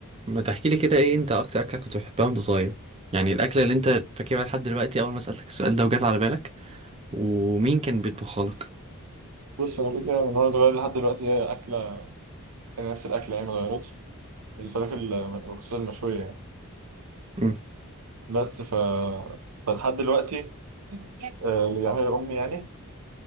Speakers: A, on the right; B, on the right.
A: ما تحكي لي كده ايه انت اكتر اكله كنت بتحبها وانت صغير يعني الاكله اللي انت فاكرها لحد دلوقتي اول ما سالتك السؤال ده وجات على بالك ومين كان بيطبخها لك
B: بص انا كده كده من وانا صغير لحد دلوقتي هي اكله يعني نفس الاكله يعني ما اتغيرتش الفراخ ال- وخصوصا المشويه يعني
A: مم.
B: بس ف فلحد دلوقتي آه، اللي بيعملها امي يعني